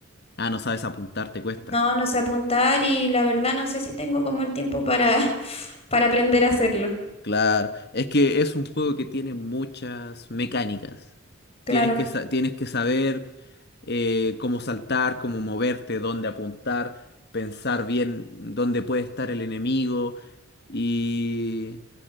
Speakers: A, on the left; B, on the left.
A: ah, no sabes apuntar, te cuesta.
B: No, no sé apuntar y la verdad no sé si tengo como el tiempo para, <laughs> para aprender a hacerlo.
A: Claro, es que es un juego que tiene muchas mecánicas.
B: Claro.
A: Tienes que, sa- tienes que saber eh, cómo saltar, cómo moverte, dónde apuntar, pensar bien dónde puede estar el enemigo y,